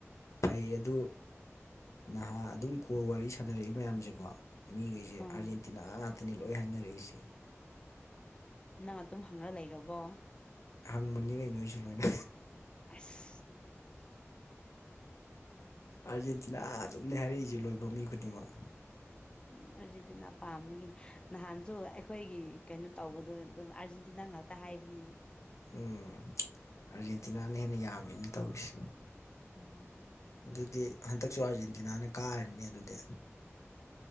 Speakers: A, on the left (about 80°); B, on the left (about 20°).
A: ꯐꯩ ꯑꯗꯨ ꯅꯍꯥ ꯑꯗꯨꯝ ꯀꯜ ꯋꯥꯔꯤ ꯁꯥꯟꯅꯔꯛꯏ ꯃꯌꯥꯝꯁꯦꯀꯣ ꯃꯤꯈꯩꯁꯦ
B: ꯑꯥ
A: ꯑꯥꯔꯖꯦꯟꯇꯤꯅꯥ ꯉꯥꯛꯇꯅꯦ ꯂꯣꯏ ꯍꯥꯏꯅꯔꯛꯏꯁꯦ
B: ꯅꯪ ꯑꯗꯨꯝ ꯍꯪꯔ ꯂꯩꯔꯕꯣ
A: ꯍꯪꯕꯅꯤ ꯀꯩꯅꯣ ꯑꯩꯁꯨ ꯂꯣꯏꯅ
B: ꯑꯁ
A: ꯑꯖꯦꯟꯇ ꯊꯤꯅꯥ ꯆꯨꯝꯅꯤ ꯍꯥꯏꯔꯛꯏꯁꯦ ꯂꯣꯏꯕ ꯃꯤ ꯈꯨꯗꯤꯡꯃꯛ
B: ꯎꯝ ꯑꯥꯔꯖꯦꯟꯇꯤꯅꯥ ꯄꯥꯝꯕꯒꯤꯅꯤ ꯅꯍꯥꯟꯁꯨ ꯑꯩꯈꯣꯏꯒꯤ ꯀꯩꯅꯣ ꯇꯧꯕꯗꯣ ꯑꯗꯨꯝ ꯑꯥꯔꯖꯦꯟꯇꯤꯅꯥ ꯉꯥꯛ ꯇ ꯍꯥꯏꯕꯅꯤ
A: ꯎꯝ ꯑꯥꯔꯖꯦꯟꯇꯤꯅꯥꯅ ꯍꯦꯟꯅ ꯌꯥꯝꯃꯦꯅ ꯇꯧꯔꯤꯁꯦ
B: ꯎꯝ
A: ꯑꯗꯨꯗꯤ ꯍꯟꯗꯛꯁꯨ ꯑꯥꯔꯖꯦꯟꯇꯤꯅꯥꯅ ꯀꯥꯔꯅꯦ ꯑꯗꯨꯗꯤ